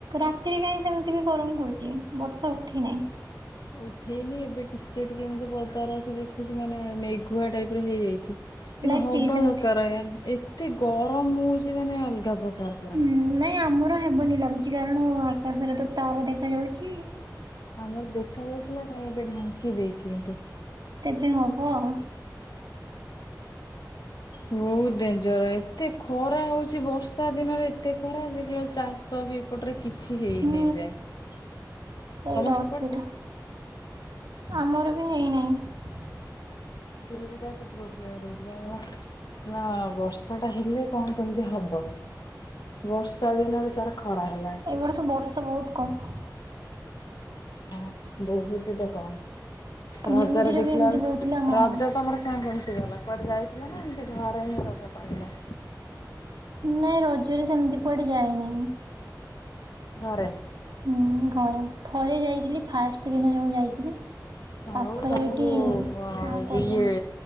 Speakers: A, on the right; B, on the left.
A: ରାତିରେ କାହିଁ ସେମି ବି ଗରମ କରୁଛି ବର୍ଷା ଉଠେଇ ନାହିଁ।
B: ଉଠେଇନି ଏବେ ଟିକେ ଟିକେ ମତେ ବଜାର ଅଛି ଦେଖୁଛି ମାନେ ମେଘୁଆ ଟାଇପ ରେ ହେଇଯାଇଛି। କିନ୍ତୁ
A: ଲାଗିଛି
B: ହବା
A: କି ସେମିତି?
B: ଦରକାର ଆଜ୍ଞା ଏତେ ଗରମ୍ ହଉଛି ମାନେ ଅଲଗା ପ୍ରକାର କାର ପରା।
A: ଉଁ ନାଇଁ ଆମର ହେବନି ଲାଗୁଛି କାରଣ ଆକାଶରେ ତ ତାରା ଦେଖା ଯାଉଛି।
B: ଆମର ଦେଖା ଯାଉଥିଲା କାଇହିଁ ଏବେ ଢାଙ୍କି ଦେଇଛି କିନ୍ତୁ।
A: ତେବେ ହବ ଆଉ।
B: ବହୁତ ଡେଞ୍ଜର ଏତେ ଖରା ହଉଛି ବର୍ଷା ଦିନରେ ଏତେ ଖରା ଯେ ଦେଖିଲାବେଳକୁ ଚାଷ ଏପଟରେ କିଛି ହେଇନି
A: ହୁଁ।
B: ଏଯାଏ
A: ତ ଏଇଟା
B: ତମ ସେପଟରେ?
A: ଅସୁବିଧା ଆମର ବି ହେଇନାହିଁ।
B: ସେଇଟା ତ ପ୍ରୋବ୍ଲେମ ରହୁଛି କାହିଁକି ନା ନା ବର୍ଷା ଟା ହେଲେ କଣ କେମିତି ହବ।
A: <inaudible>
B: ବର୍ଷା ଦିନ ରେ ତାର ଖରା ହେଲାଣି
A: ଏଇ ବର୍ଷ ବର୍ଷା ବହୁତ କମ୍।
B: ହଁ ବହୁତ ତ କଣ
A: ନ୍ୟୁଜରେ
B: ରଜରେ ଦେଖିଲା
A: ବି ଏମିତି
B: ବେଳ
A: କହୁଥିଲା ହଁ।
B: ରଜ ତ ଆମର କେଣ କେମତି? କୁଆଡେ ଯାଇଥିଲା ନା ଏମିତି ଘରେ ହିଁ ରଜ ପାଳିଲ?
A: ନାଇଁ ରଜରେ ସେମିତି କୁଆଡେ ଯାଇନି।
B: ଘରେ
A: ହୁଁ ଘରେ ଥରେ ଯାଇଥିଲି ଫାଷ୍ଟ ଦିନ ଯୋଉ ଯାଇଥିଲି।
B: ହଉ
A: ପାଖରେ
B: ତମକୁ
A: ଏଠି ଆଉ କୁଆଡେ
B: ଯ
A: ଯାଇନି
B: ଇଏ